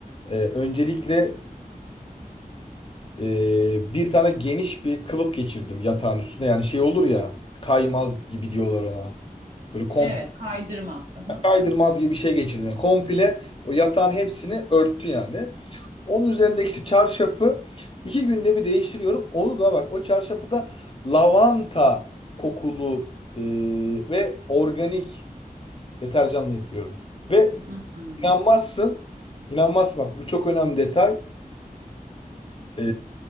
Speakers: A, on the left (about 35°); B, on the right (about 65°).
A: Ee, öncelikle e, bir tane geniş bir kılıf geçirdim yatağın üstüne. Yani şey olur ya kaymaz gibi diyorlar ona. Böyle komple
B: Evet kaydırmaz. Hı hı.
A: kaydırmaz gibi bir şey geçirdim. Yani komple o yatağın hepsini örttü yani. Onun üzerindeki işte çarşafı iki günde bir değiştiriyorum. Onu da bak o çarşafı da lavanta kokulu e, ve organik deterjanla yıkıyorum. Ve
B: Hı hı.
A: inanmazsın, inanmazsın bak bu çok önemli detay. E,